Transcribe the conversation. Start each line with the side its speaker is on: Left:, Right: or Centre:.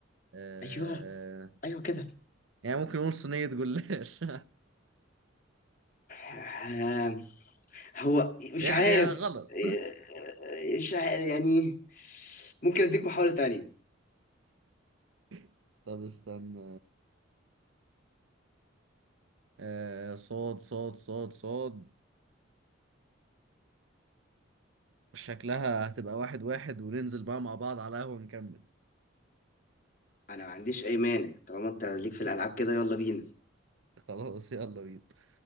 Right: آه...
Left: ايوه ايوه كده
Right: يعني ممكن نقول صينيه جلاش
Left: آه، هو مش
Right: <laughs> يعني
Left: عارف
Right: غلط
Left: آه، مش عارف يعني ممكن اديك محاولة تانية
Right: <laughs> طب استنى آه صاد صاد صاد صاد شكلها هتبقى واحد واحد وننزل بقى مع بعض على قهوة نكمل
Left: انا ما عنديش اي مانع طالما انت ليك في الالعاب كده يلا بينا
Right: <laughs> خلاص يلا بينا